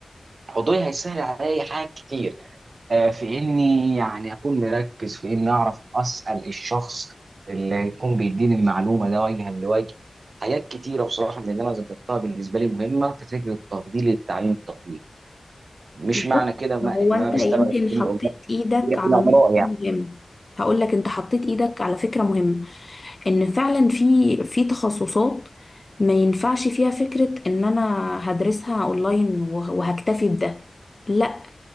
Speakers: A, on the right; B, on the left.
A: حضوري هيسهل عليا حاجات كتير آه، في اني يعني اكون مركز في اني اعرف اسال الشخص اللي يكون بيديني المعلومه ده وجها لوجه حاجات كتيره بصراحه من اللي انا ذكرتها بالنسبه لي مهمه في فكره تفضيل التعليم التقليدي مش
B: بص
A: معنى كده ما
B: هو
A: ان
B: انت
A: انا بستبعد
B: يمكن
A: التعليم
B: حطيت
A: الاونلاين
B: ايدك
A: هي
B: على
A: بلا
B: نقطة
A: اراء يعني
B: مهمة هقول لك انت حطيت ايدك على فكرة مهمة ان فعلا في في تخصصات ما ينفعش فيها فكرة ان انا هدرسها اونلاين وه- وهكتفي بده لا